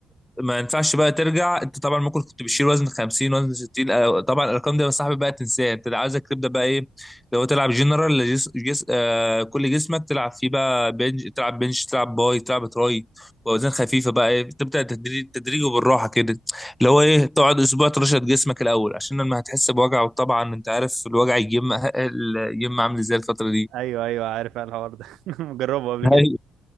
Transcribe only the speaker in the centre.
ما ينفعش بقى ترجع انت طبعا ممكن كنت بتشيل وزن 50 وزن 60 آه، طبعا الارقام دي يا صاحبي بقى تنساها انت اللي عايزك تبدا بقى ايه لو تلعب جنرال لجس... جس... آه كل جسمك تلعب فيه بقى بنج تلعب بنش تلعب باي تلعب تراي واوزان خفيفه بقى ايه تبدا تدريج تدريج وبالراحه كده اللي هو ايه تقعد اسبوع ترشد جسمك الاول عشان لما هتحس بوجع وطبعا انت عارف الوجع يجم ال- يجم عامل ازاي الفتره
دي